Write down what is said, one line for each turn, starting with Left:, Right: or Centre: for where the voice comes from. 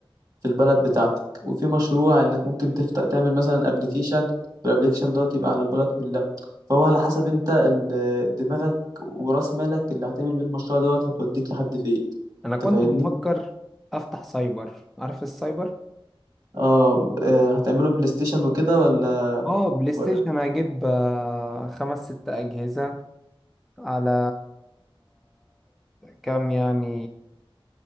Right: في البلد بتاعتك وفي مشروع انك ممكن تفتح تعمل مثلا ابلكيشن والابلكيشن دوت يبقى على البلد كلها فهو على حسب انت ال- دماغك وراس مالك اللي هتعمل بيه المشروع دوت هتوديك لحد فين
Centre: انا كنت
Right: انت فاهمني
Centre: بفكر افتح سايبر عارف السايبر
Right: اه آه، هتعمله بلاي ستيشن وكده ولا
Centre: اه بلاي ستيشن
Right: ولا كم-
Centre: هجيب آه، خمس ست اجهزة على كام يعني